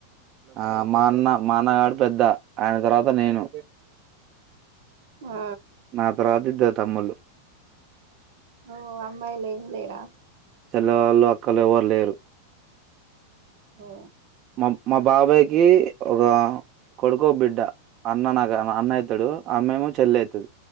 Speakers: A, on the right; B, on the right.
A: ఆ మా అన్న మా అన్నగాడు పెద్ద ఆయన తర్వాత నేను
B: ఆ
A: నా తర్వాత ఇద్దరు తమ్ములు,
B: ఓ అమ్మాయిలు ఏం లేరా
A: చెల్లె వాళ్ళు అక్కళ్ళ ఎవరు లేరు
B: ఓ
A: మా మా బాబాయ్ ఎ ఒక కొడుకో బిడ్డ అన్న నాకు అన్న అయితాడు ఆమ్మమో చెల్లి అయితది